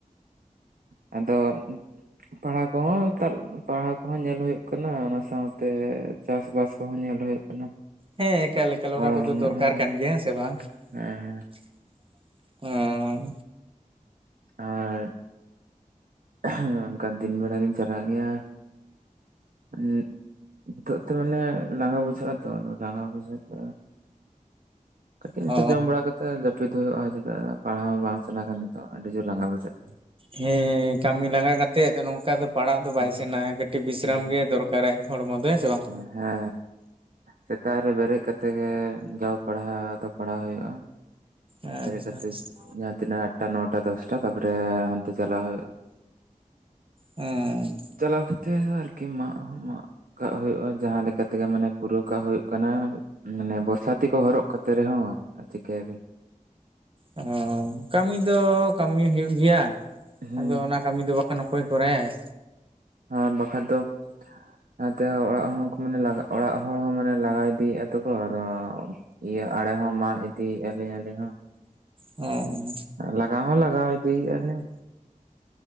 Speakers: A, on the right; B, on the right.
A: ᱦ ᱟᱫᱚ ᱯᱟᱲᱦᱟᱣ ᱠᱚᱦᱚᱸ ᱯᱟᱲᱦᱟᱣ ᱠᱚᱦᱚᱸ ᱧᱮᱞ ᱦᱩᱭᱩᱜ ᱠᱟᱱᱟ ᱚᱱᱟ ᱥᱟᱶᱛᱮ ᱪᱟᱥ ᱵᱟᱥ ᱠᱚᱦᱚᱸ ᱧᱮᱞ ᱦᱩᱭᱩᱜ ᱠᱟᱱᱟ᱾
B: ᱦᱮᱸ ᱮᱠᱟᱞ ᱮᱠᱟᱞ ᱚᱱᱟ
A: ᱚᱲᱟᱜ
B: ᱠᱚᱫᱚ
A: ᱨᱮᱱᱟᱜ
B: ᱫᱚᱨᱠᱟᱨ
A: ᱦᱚᱸ᱾
B: ᱠᱟᱱ ᱜᱮᱭᱟ ᱦᱮᱸ ᱥᱮ ᱵᱟᱝ
A: ᱦᱮᱸ
B: ᱾ ᱦᱚᱸ
A: ᱟᱨ ᱦᱮᱸ ᱚᱱᱠᱟ ᱫᱤᱱ ᱵᱮᱲᱟ ᱞᱤᱧ ᱪᱟᱞᱟᱜ ᱜᱮᱭᱟ <unintelligible> ᱱᱤᱛᱚᱜ ᱛᱮ ᱢᱟᱹᱱᱮ ᱞᱟᱸᱜᱟ ᱵᱩᱡᱷᱟᱹᱜ-ᱟ ᱛᱚ, ᱞᱟᱸᱜᱟ ᱵᱩᱡᱷᱟᱹᱜ ᱛᱮᱼᱼ ᱠᱟᱹᱴᱤᱡ
B: ᱚ
A: ᱱᱤᱛᱚᱜ ᱡᱚᱢ ᱵᱟᱲᱟ ᱠᱟᱛᱮᱫ ᱡᱟᱹᱯᱤᱫ ᱦᱩᱭᱩᱜ-ᱟ ᱪᱮᱫᱟᱜ ᱯᱟᱲᱦᱟ-ᱣ ᱵᱟᱝ ᱥᱟᱱᱟ ᱠᱟᱱᱟ᱾ ᱛᱚ ᱟᱹᱰᱤ ᱡᱳᱨ ᱞᱟᱸᱜᱟᱣ ᱵᱩᱡᱷᱟᱹᱜ ᱼᱼᱼ
B: ᱦᱮᱸ ᱠᱟᱹᱢᱤ ᱞᱟᱸᱜᱟ ᱠᱟᱛᱮᱫ ᱱᱚᱝᱹᱠᱟ ᱫᱚ ᱯᱟᱲᱟᱜ ᱫᱚ ᱵᱟᱭ
A: ᱦᱮᱸ
B: ᱥᱮᱱᱟ-ᱟ ᱠᱟᱹᱴᱤᱡ ᱵᱤᱥᱨᱟᱢ
A: ᱦᱮᱸ
B: ᱜᱮ ᱫᱚᱨᱼᱼᱼ ᱠᱟᱨᱟᱭ ᱦᱚᱲᱹᱢᱚ ᱫᱚ ᱦᱮᱸ ᱥᱮ ᱵᱟᱝ?
A: ᱦᱮᱸ, ᱦᱮ ᱥᱮᱛᱟᱜ ᱨᱮ ᱵᱮᱹᱨᱮᱹᱫ ᱠᱟᱛᱮ ᱜᱮ ᱡᱟᱣ ᱯᱟᱲᱦᱟᱣ ᱫᱚ᱾ ᱯᱟᱲᱦᱟᱣ ᱦᱳᱭᱳᱜᱼᱟ,
B: ᱟᱪᱪᱷᱟ
A: ᱵᱮᱨᱮᱫ ᱠᱟᱛᱮ
B: ᱟᱪᱪᱷᱟ
A: ᱡᱟᱦᱟᱸ ᱛᱤᱱᱟᱹᱜ ᱟᱴᱟ, ᱱᱚᱴᱟ, ᱫᱚᱥᱴᱟᱼᱼ ᱛᱚ ᱛᱟᱯᱚᱹᱨᱮ ᱦᱟᱱᱛᱮ ᱪᱟᱞᱟᱣ ᱦᱩᱭᱩᱜᱼᱟ᱾
B: ᱮᱸᱻ
A: ᱪᱟᱞᱟᱣ ᱠᱟᱛᱮ ᱟᱨᱠᱤ ᱢᱟᱜ ᱦᱚᱸ ᱢᱟᱜ ᱠᱟᱜ ᱦᱩᱭᱩᱜᱼᱟ ᱡᱟᱦᱟᱸ ᱞᱮᱹᱠᱟᱼᱼᱼ ᱛᱮᱜᱮ ᱢᱟᱱᱮ ᱯᱩᱨᱟᱹᱣ ᱠᱟᱜ ᱦᱩᱭᱩᱹᱜ ᱠᱟᱱᱟ ᱢᱟᱱᱮ ᱵᱚᱨᱥᱟ ᱛᱤ ᱠᱚ ᱦᱚᱨᱚᱜ ᱠᱟᱛᱮ ᱨᱮᱦᱚᱸ ᱪᱤᱠᱟᱹᱭᱟᱵᱤᱱ᱾
B: ᱚᱸ ᱠᱟᱹᱢᱤ ᱫᱚ ᱠᱟᱹᱢᱤ ᱦᱩᱭᱩᱜ ᱜᱮᱭᱟ᱾
A: ᱦᱮᱸ
B: ᱟᱫᱚ ᱚᱱᱟ ᱠᱟᱹᱢᱤ ᱫᱚ ᱵᱟᱠᱷᱟᱱ ᱚᱠᱚᱭ ᱠᱚᱨᱟᱭᱟ-ᱭ᱾
A: ᱦᱟᱸ ᱵᱟᱹᱠᱷᱟᱡ ᱫᱚ, ᱱᱟᱛᱮ ᱦᱚᱸ ᱚᱲᱟᱜ ᱦᱚᱸ ᱠᱚ ᱢᱟᱱᱮ ᱞᱟ ᱚᱲᱟᱜ ᱦᱚᱲ ᱦᱚᱸ ᱢᱟᱱᱮ ᱞᱟᱜᱟ ᱤᱫᱤᱭᱮᱫᱼᱟ ᱛᱚᱠᱚ ᱟᱸᱫᱚᱼᱼ ᱤᱭᱟᱹ ᱟᱲᱮ ᱦᱚᱸ ᱢᱟᱜ ᱤᱫᱤᱭᱮᱫ ᱞᱤᱧ ᱟᱞᱤᱧ ᱦᱚᱸ᱾
B: ᱮᱸᱻ
A: ᱞᱟᱜᱟᱣ ᱦᱚᱸ ᱞᱟᱜᱟᱣ ᱤᱫᱤᱮᱫ-ᱟ ᱞᱤᱧ,